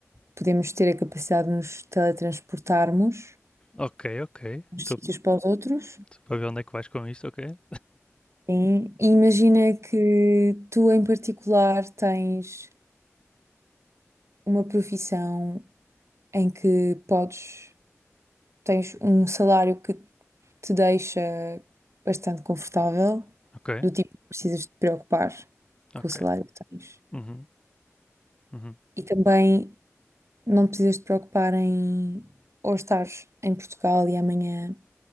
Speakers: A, on the right; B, on the left.
A: podemos ter a capacidade de nos teletransportarmos
B: Ok, ok.
A: dos
B: Estou
A: sítios para os outros.
B: para ver onde é que vais com isto, ok?
A: Sim. E imagina que tu, em particular, tens uma profissão em que podes, tens um salário que te deixa bastante confortável,
B: Ok,
A: do tipo que precisas te preocupar
B: ok.
A: com o salário que tens.
B: Uhum, uhum.
A: E também não te precisas te preocupar em ou estares em Portugal e amanhã,